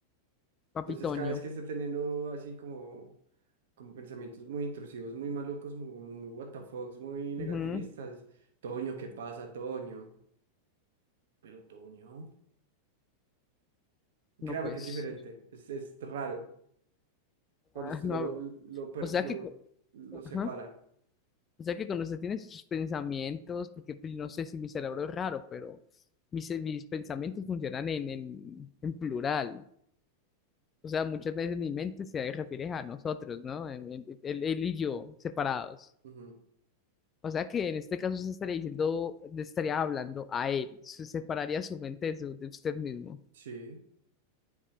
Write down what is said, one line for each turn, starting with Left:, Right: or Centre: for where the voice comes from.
Left: Papitoño.
Right: Entonces, cada vez que esté teniendo así como, como pensamientos muy intrusivos, muy malucos, muy, muy, muy what the fucks, muy negativistas,
Left: Ujú.
Right: Toño, ¿qué pasa, Toño? Pero Toño.
Left: No,
Right: Créame
Left: pues.
Right: que es diferente. Es, es raro. Cuando
Left: ah,
Right: usted
Left: no,
Right: lo,
Left: hab-
Right: lo, per-
Left: o sea
Right: lo,
Left: que. cu-
Right: lo separa.
Left: Ajá. O sea que cuando usted tiene sus pensamientos, porque pues, no sé si mi cerebro es raro, pero mis, mis pensamientos funcionan en, en, en plural. O sea, muchas veces mi mente se refiere a nosotros, ¿no? En- en- Él, él y yo, separados.
Right: Ujú.
Left: O sea que en este caso se estaría diciendo, le estaría hablando a él, se separaría su mente de, su- de usted mismo.
Right: Sí,